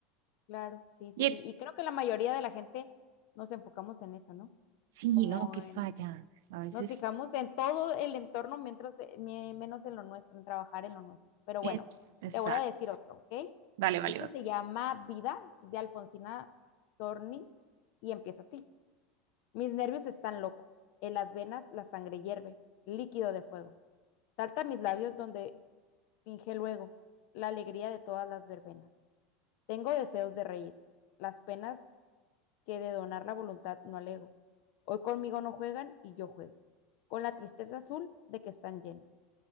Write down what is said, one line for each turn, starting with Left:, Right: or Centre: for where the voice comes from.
Left: Claro, sí, sí,
Right: Y eh,
Left: sí. Y creo que la mayoría de la gente nos enfocamos en eso, ¿no?
Right: sí,
Left: Como
Right: no, que
Left: en
Right: falla, a veces,
Left: Nos fijamos en todo el entorno, mientras, eh, mi- menos en lo nuestro, en trabajar en lo nuestro. Pero
Right: eh,
Left: bueno,
Right: exacto,
Left: te voy a decir otro, ¿ok?
Right: vale, vale.
Left: Este
Right: vale.
Left: se llama Vida de Alfonsina Storni y empieza así. Mis nervios están locos. En las venas la sangre hierve, líquido de fuego. Salta a mis labios donde finge luego la alegría de todas las verbenas. Tengo deseos de reír. Las penas que de donar la voluntad no alego. Hoy conmigo no juegan y yo juego, con la tristeza azul de que están llenas.